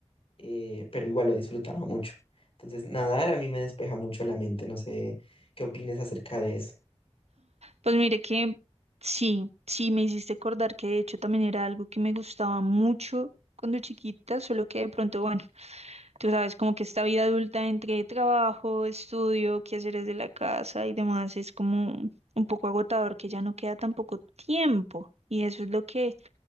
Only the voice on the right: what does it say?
Pues mire que sí, sí me hiciste acordar que de hecho también era algo que me gustaba mucho cuando chiquita, solo que de pronto, bueno. Tú sabes, como que esta vida adulta entre trabajo, estudio, quehaceres de la casa y demás es como un poco agotador, que ya no queda tan poco tiempo. Y eso es lo que